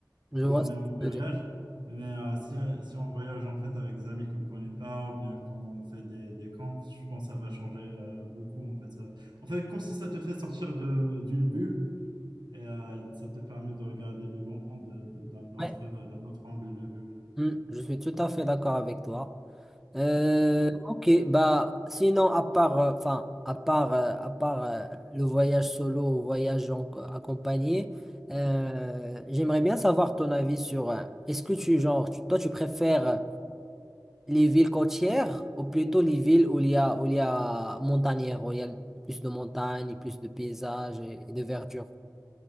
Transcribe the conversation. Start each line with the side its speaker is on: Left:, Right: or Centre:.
Centre: mm,
Right: quand
Centre: Je vois
Right: on
Centre: ce
Right: est
Centre: que
Right: en
Centre: tu
Right: voyage.
Centre: veux dire.
Right: Mais euh, si, si on voyage en fait avec des amis qu'on ne connaît pas ou bien qu'on fait des, des camps, je pense que ça va changer euh, beaucoup en fait ça. En fait, comme si ça te fait sortir de d'une bulle et euh, ça te permet de regarder le monde euh, d'un autre,
Centre: Ouais,
Right: euh, d'un autre angle de vue.
Centre: mm, je suis tout à fait d'accord avec toi. Euh,
Right: Euh,
Centre: ok, bah sinon à part, euh, enfin à part, euh, à part euh, le voyage solo ou voyage en- accompagné, euh, j'aimerais bien savoir ton avis sur. euh, est-ce que tu genre, tu- toi tu préfères euh, les villes côtières ou plutôt les villes où il y a où il y a montagnères, où il y a plus de montagnes, et plus de paysages et, et de verdure.